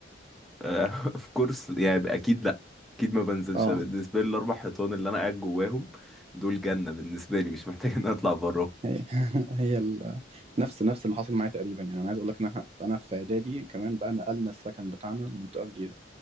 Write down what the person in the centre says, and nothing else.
آه، <laughs> في كورس يعني أكيد لأ أكيد ما بنزلش
أنا بالنسبة لي الأربع حيطان اللي أنا قاعد جواهم دول جنة بالنسبة لي مش محتاج إن أنا أطلع براهم